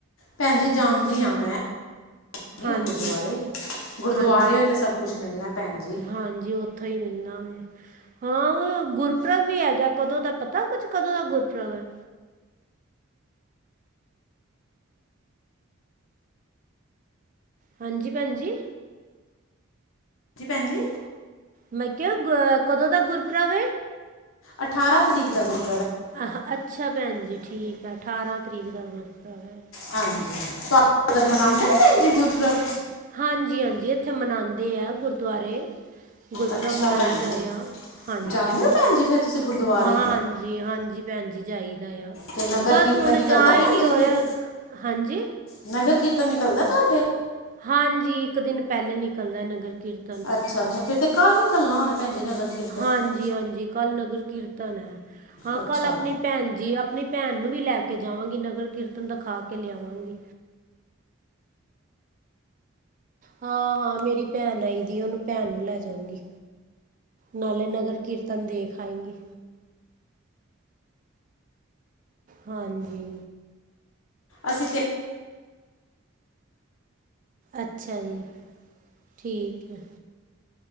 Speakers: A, on the left; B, on the right.
A: ਭੈਣ ਜੀ ਜਾਣਦੀ ਹਾਂ ਮੈਂ ਗੁਰਦੁਆਰੇ
B: ਹਾਂਜੀ
A: ਗੁਰਦੁਆਰੇ
B: ਹਾਂਜੀ
A: ਤੇ ਸਭ ਕੁਛ ਮਿਲਣਾ ਭੈਣ ਜੀ
B: ਹਾਂਜੀ ਉੱਥੋਂ ਹੀ ਮਿਲਣਾ ਵ ਹਾਂ ਗੁਰੂ ਪੁਰਬ ਵੀ ਹੈਗਾ ਕਦੋਂ ਦਾ ਪਤਾ ਕੁਛ ਕਦੋਂ ਦਾ ਗੁਰਪੁਰਬ ਹੈ ਹਾਂਜੀ ਭੈਣਜੀ
A: ਹਾਂਜੀ ਭੈਣ ਜੀ
B: ਮੈਂ ਕਿਹਾ ਕਦੋਂ ਦਾ ਗੁਰਪੁਰਬ
A: ਅਠਾਰਾਂ ਤਰੀਕ ਦਾ ਗੁਰੂ।
B: ਆਹ ਅੱਛਾ ਭੈਣ ਜੀ ਠੀਕ ਆ ਅਠਾਰਾਂ ਤਰੀਕ ਦਾ ਗੁਰਪੁਰਬ ਹੈ
A: ਹਾਂਜੀ ਤੁਹਾਡੇ ਉਧਰ ਮਨਾਉਂਦੇ
B: ਠੀਕ।
A: ਨੇ ਭੈਣ ਜੀ ਗੁਰਪੁਰਬ
B: ਹਾਂਜੀ ਹਾਂਜੀ ਇੱਥੇ ਮਨਾਉਂਦੇ ਆ ਗੁਰਦੁਆਰੇ। ਗੁਰਪੁਰਬ
A: ਅੱਛਾ
B: ਮਨਾਈ
A: ਭੈਣ
B: ਦਾ
A: ਜੀ
B: ਆ ਹਾਂਜੀ
A: ਜਾਂਦੇ ਹੋ ਭੈਣ ਜੀ ਫਿਰ ਤੁਸੀਂ ਗੁਰਦੁਆਰੇ
B: ਹਾਂ ਹਾਂਜੀ ਹਾਂਜੀ ਭੈਣ ਜੀ ਜਾਈਦਾ ਆ
A: ਤੇ ਨਗਰ
B: ਬਸ
A: ਕੀਰਤਨ
B: ਹੁਣ
A: ਨਿਕਲਦਾ
B: ਜਾ ਹੀ
A: ਭੈਣ
B: ਨੀ
A: ਜੀ
B: ਹੋ
A: ਫਿਰ
B: ਰਿਹਾ ਹਾਂਜੀ।
A: ਨਗਰ ਕੀਰਤਨ ਨਿਕਲਦਾ ਤੁਹਾਡੇ।
B: ਹਾਂਜੀ ਇੱਕ ਦਿਨ ਪਹਿਲੇ ਨਿਕਲਦਾ ਨਗਰ। ਕੀਰਤਨ
A: ਅੱਛਾ ਅੱਛਾ ਫੇਰ ਤੇ। ਕੱਲ ਨਿਕਲਣਾ ਹੋਣਾ। ਭੈਣ ਜੀ ਨਗਰ ਕੀਰਤਨ
B: ਹਾਂਜੀ ਹਾਂਜੀ ਕੱਲ੍ਹ ਨਗਰ ਕੀਰਤਨ। ਹੈ ਹਾਂ
A: ਅੱਛਾ
B: ਕੱਲ ਆਪਣੀ ਭੈਣ ਜੀ ਆਪਣੀ ਭੈਣ ਨੂੰ ਵੀ ਲੈ। ਕੇ ਜਾਵਾਂਗੀ ਨਗਰ ਕੀਰਤਨ ਦਿਖਾ ਕੇ ਲਿਆਵਾਂਗੀ। ਹਾਂ ਹਾਂ ਮੇਰੀ ਭੈਣ ਆਈ ਦੀ ਉਹਨੂੰ ਭੈਣ ਨੂੰ ਲੈ ਜਾਂਗੀ ਨਾਲੇ ਨਗਰ ਕੀਰਤਨ ਦੇਖ ਆਏਗੀ। ਹਾਂਜੀ।
A: ਅਸੀਂ ਤੇ।
B: ਅੱਛਾ ਜੀ ਠੀਕ ਹੈ।